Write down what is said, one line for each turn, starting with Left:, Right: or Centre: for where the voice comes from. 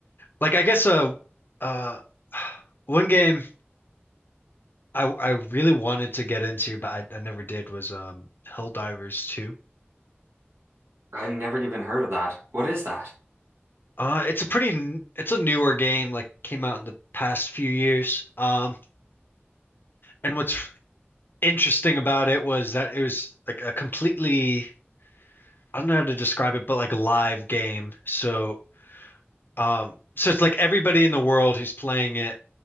Left: Like I guess uh uh <sighs> one game I I really wanted to get into but I, I never did was um Helldivers 2.
Right: I've never even heard of that. What is that?
Left: Uh it's a pretty n- it's a newer game like came out in the past few years. Um and what's interesting about it was that it was like a completely I don't know how to describe it, but like a live game. So, um, so it's like everybody in the world who's playing it